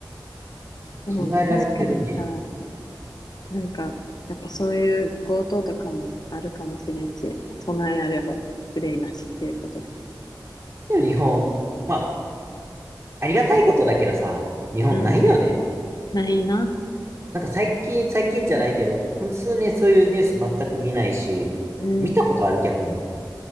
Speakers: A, on the left; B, on the right.
A: でも確かにさ、
B: 考えられてるね。
A: なんか、やっぱそういう強盗とかもあるかもしれんし、備えあれば憂いなしっていうことで。
B: でも日本、まあ、ありがたいことだけどさ、日本ないよね。
A: うん、ないな。
B: なんか最近、最近じゃないけど、この数年そういうニュース全く見ないし、
A: うん、
B: 見たことある逆に。